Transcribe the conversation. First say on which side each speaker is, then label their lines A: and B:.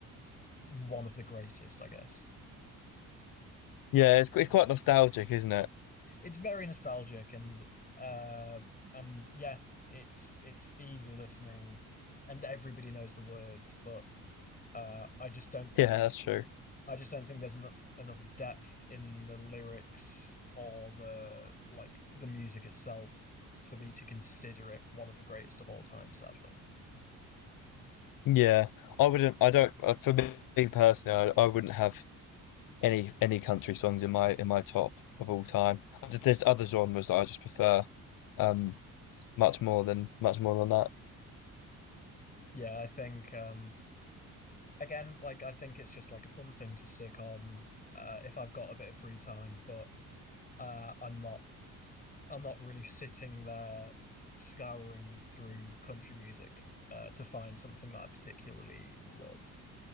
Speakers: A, on the left; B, on the left.
A: one of the greatest, I guess.
B: Yeah. It's qu- it's quite nostalgic, isn't it?
A: it's very nostalgic and um and yeah, it's it's easy listening and everybody knows the words, but uh I just don't think
B: Yeah, that's true.
A: I just don't think there's enough enough depth in the lyrics or the like the music itself for me to consider it one of the greatest of all time, sadly.
B: Yeah. I wouldn't. I don't. uh, For me personally, I, I wouldn't have any any country songs in my in my top of all time. There's there's other genres that I just prefer. Um, Much more than much more than that.
A: Yeah, I think um again, like I think it's just like a fun thing to stick on uh if I've got a bit of free time, but uh I'm not I'm not really sitting there scouring through country music uh, to find something that I particularly love.